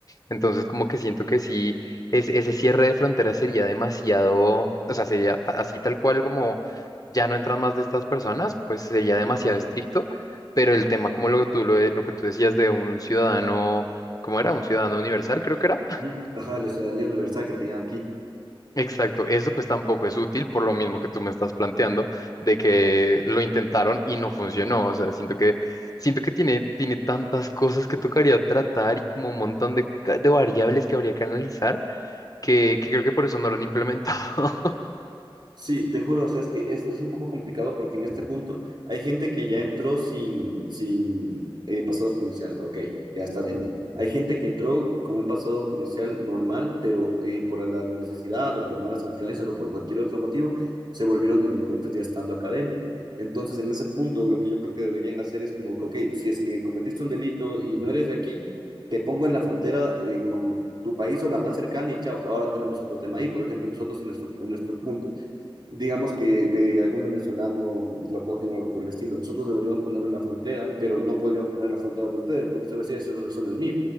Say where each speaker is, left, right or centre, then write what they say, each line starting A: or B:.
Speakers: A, on the left; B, on the right.
A: Entonces, como que siento que sí, es, ese cierre de fronteras sería demasiado, o sea, sería ta- así tal cual como ya no entran más de estas personas, pues sería demasiado estricto, pero el tema como lo que tú, lo, de- lo que tú decías de un ciudadano, ¿cómo era? Un ciudadano universal, creo que era
B: Ujú. Ajá, la ciudadanía universal que tenían aquí.
A: Exacto, eso pues tampoco es útil por lo mismo que tú me estás planteando, de que lo intentaron y no funcionó, o sea, siento que, siento que tiene, tiene tantas cosas que tocaría tratar y como un montón de, ca- de variables que habría que analizar, que, que creo que por eso no lo han implementado. <laughs>
B: Sí, te juro, o sea, es que es, es un poco complicado porque en este punto hay gente que ya entró sin, sin eh, pasado judicial, ok, ya está dentro. Hay gente que entró con un pasado judicial normal, pero eh, por la necesidad o por malas influencias o por cualquier otro motivo, se volvieron delincuentes ya estando acá dentro. Entonces, en ese punto, lo que yo creo que deberían hacer es como que, ok, si es que cometiste un delito y no eres de aquí, te pongo en la frontera eh, con tu país o la más cercana y chao, ahora tenemos otro tema ahí, por ejemplo, nosotros en nuestro, en nuestro punto digamos que de algún venezolano lo cogen o algo por el estilo. Nosotros deberíamos ponerlo en la frontera, pero no podríamos poner en la frontera de ustedes, porque eso decía, eso, eso no es mío.